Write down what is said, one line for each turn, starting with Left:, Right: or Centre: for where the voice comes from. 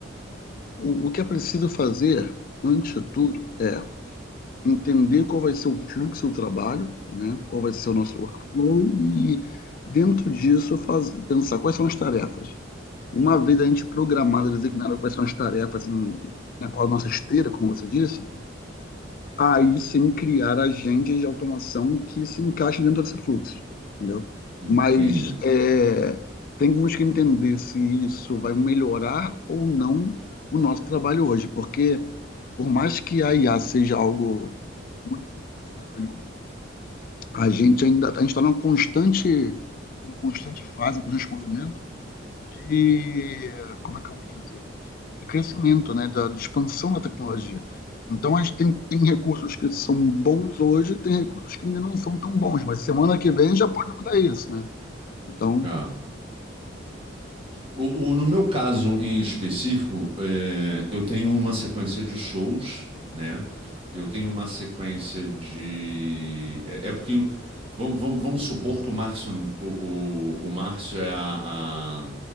Left: O, o que é preciso fazer, antes de tudo, é entender qual vai ser o fluxo do trabalho, né? Qual vai ser o nosso workflow e, dentro disso, faz, pensar quais são as tarefas. E uma vez a gente programada, designada quais são as tarefas em, na qual a nossa esteira, como você disse, aí sim criar agentes de automação que se encaixem dentro desse fluxo, entendeu?
Right: Entende.
Left: Mas é, temos que entender se isso vai melhorar ou não o nosso trabalho hoje, porque por mais que a IA seja algo muito maravilhoso, a gente ainda a gente está numa constante, numa constante fase, um constante movimento de, como é que eu vou dizer? de crescimento, né, da de expansão da tecnologia. Então, a gente tem, tem recursos que são bons hoje, tem recursos que ainda não são tão bons, mas semana que vem já pode mudar isso, né? Então,
Right: Ah. O, o- no meu caso em específico, é, eu tenho uma sequência de shows, né? Eu tenho uma sequência de. É, é porque vamos, vamos, vamos supor que o Márcio, o, o, o Márcio é a,